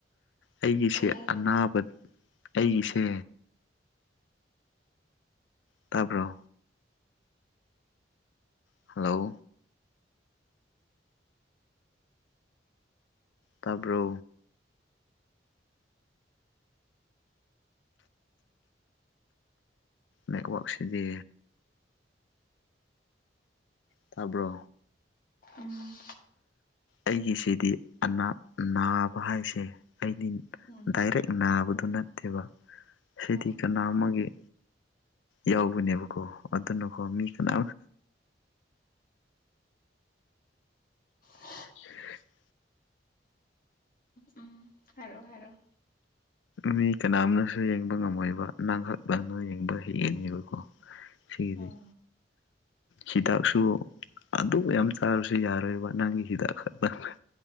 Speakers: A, on the left (about 80°); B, on the left (about 50°).
A: ꯑꯩꯒꯤꯁꯦ
B: ꯀꯩ ꯍꯥꯏꯕꯅꯣ
A: ꯑꯅꯥꯕ ꯑꯩꯒꯤꯁꯦ ꯇꯥꯕ꯭ꯔꯣ ꯍꯜꯂꯣ ꯇꯥꯕ꯭ꯔꯣ ꯅꯦꯠꯋꯥꯛꯛꯁꯤꯗꯤ ꯇꯥꯕ꯭ꯔꯣ
B: ꯎꯝ
A: ꯑꯩꯒꯤꯁꯤꯗꯤ ꯑꯅꯥ ꯅꯥꯕ ꯍꯥꯏꯁꯦ ꯑꯩꯗꯤ
B: ꯎꯝ
A: ꯗꯥꯏꯔꯦꯛ ꯅꯥꯕꯗꯨ ꯅꯠꯇꯦꯕ ꯍꯥꯏꯗꯤ
B: ꯑꯣ
A: ꯀꯅꯥ ꯑꯃꯒꯤꯒꯤ ꯌꯥꯎꯕꯅꯦꯕꯀꯣ ꯑꯗꯨꯅꯀꯣ ꯃꯤ ꯀꯅꯥ
B: ꯎ
A: ꯍꯤ ꯍꯤ
B: ꯎꯝ ꯍꯥꯏꯔꯣ ꯍꯥꯏꯔꯣ
A: ꯃꯤ ꯀꯅꯥꯝꯅꯁꯨ ꯌꯦꯡꯕ ꯉꯝꯃꯣꯏꯕ ꯅꯪꯍꯛ ꯅꯪꯅ ꯌꯦꯡꯕ ꯍꯦꯛꯒꯅꯦꯕꯀꯣ ꯁꯤꯗꯤꯦ
B: ꯑꯣ
A: ꯍꯤꯗꯥꯛꯁꯨ ꯑꯗꯨ ꯌꯥꯝ ꯆꯥꯕꯁꯨ ꯌꯥꯔꯣꯏꯕ ꯅꯪꯒꯤ ꯍꯤꯗꯥꯛ ꯈꯛꯇꯪ